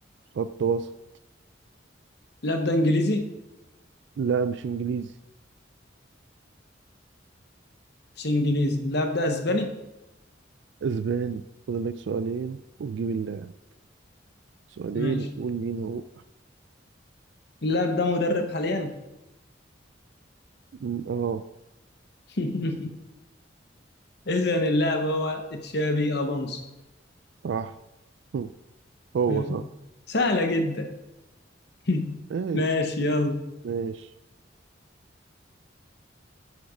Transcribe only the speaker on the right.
خط وسط
لا مش إنجليزي
أسباني فاضل لك سؤالين وتجيب اللاعب سؤالين
وتقول مين هو
م- اه
صح هم، هو
صح
ماشي
ماشي